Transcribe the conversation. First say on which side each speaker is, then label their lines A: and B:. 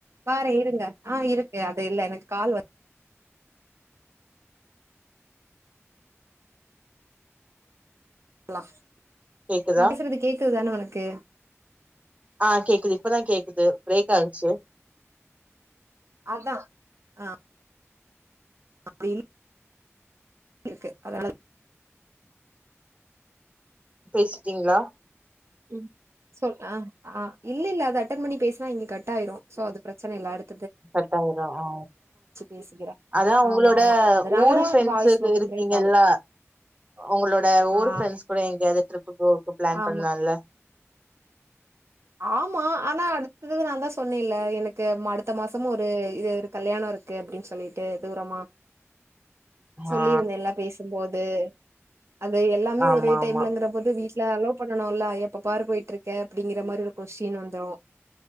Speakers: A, on the right (about 70°); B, on the right (about 30°).
A: பாரே இருங்க ஆ இருக்கு அது இல்ல எனக்கு கால் வ <unintelligible>
B: கேக்குதா
A: நா பேசுறது சொல்றது கேக் குது தானே உனக்கு
B: ஆ கேக்குது இப்பதா கேக்குது பிரேக் ஆச்சு
A: அதா ஆ அதில் இருக்கு அதன
B: பேசிட்டீங்களா
A: ம் சே ஆ ஆ இல்ல இல்ல அது அட்டன் பண்ணி பேசினா இங்க கட் ஆயிரும் சோ அது பிரச்சன இல்ல அதுக்
B: கட்டாரு ம் ஆ
A: பேசிக்கிறே
B: அதா உங்களோட
A: ஆமா ஆமா அதனாலதா
B: ஊரு ஃப்ரெண்ட்ஸு
A: வாய்ஸ் மட்டு
B: இருக்கீங்கள
A: பிரேக் ஆகுது
B: உங்களோட ஊர்
A: ஆ
B: ஃப்ரெண்ட்ஸ் கூட எங்கையாவது ட்ரிப்பு போறகு பிளான்
A: ஆமா
B: பண்ணலாம்ல
A: ஆமா ஆனா அடுத்தது நா தா சொன்னேல்ல எனக்கு அடுத்த மாசமு ஒரு இது ஒரு கல்யாணம் இருக்கு அப்படின்னு சொல்லிட்டு தூரமா சொல்லியிருந்தே
B: ஆ
A: எல்லா பேசும்போது து அது எல்லாமே
B: ஆமா
A: ஒரே டைம்லங்கிற
B: ஆமா
A: போது வீ ட்ல அலோ பண்ணனு இல்ல எப்ப பாரு போயிட்டு இருக்க அப்படிங்கிற மாரி <unintelligible> கொஸ்டின் வந்துரு